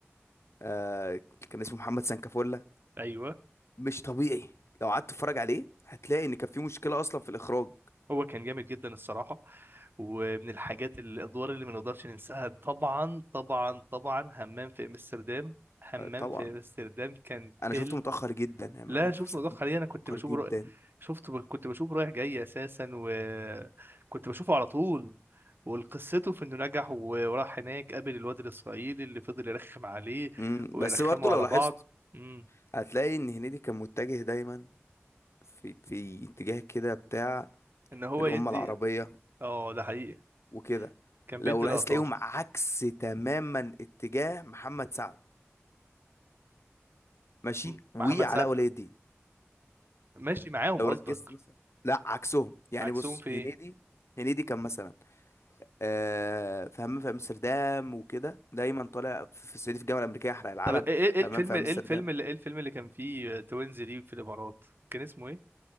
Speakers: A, on the left; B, on the right.
A: آه، كان اسمه محمد سانكافولا
B: ايوه
A: مش طبيعي لو قعدت تتفرج عليه هتلاقي إن كان في مشكلة أصلا في الإخراج
B: هو كان جامد جدا الصراحة ومن الحاجات ال- الأدوار اللي ما نقدرش ننساها طبعا طبعا طبعا همام في أمستردام همام
A: آه، طبعا
B: في أمستردام كان
A: أنا
B: فيلم
A: شفته متأخر جدا يعني ما-
B: لا شفته متأخر عليه أنا كنت
A: متأخر
B: بشوفه
A: جدا
B: رأ... شفته كنت بشوفه رايح جاي أساسا وكنت بشوفه على طول وقصته في انه نجح و- وراح هناك قابل الواد الاسرائيلي اللي فضل يرخم عليه
A: مم،
B: ويرخموا
A: بس برضه لو
B: على
A: لاحظت
B: بعض امم
A: هتلاقي ان هنيدي كان متجه دايما في في اتجاه كده بتاع
B: ان هو
A: الأمة
B: يدي
A: العربية
B: اه ده حقيقي
A: وكده
B: كان
A: لو
B: بيدي لقطات
A: لاحظت تلاقيهم عكس تماما اتجاه محمد سعد ماشي
B: م-
A: وعلاء
B: محمد سعد
A: ولي الدين
B: ماشي معاهم
A: لو
B: قصدك
A: ركزت مثلا لا عكسهم يعني
B: عكسهم
A: بص
B: في ايه
A: هنيدي هنيدي كان مثلا آه في همام في امستردام وكده دايما طالع في في الصعيدي في الجامعه الامريكيه يحرق العلم
B: طب ايه ايه إيه
A: في
B: الفيلم
A: همام في
B: ايه
A: امستردام
B: الفيلم اللي ايه الفيلم اللي كان فيه توينز دي في الامارات كان اسمه ايه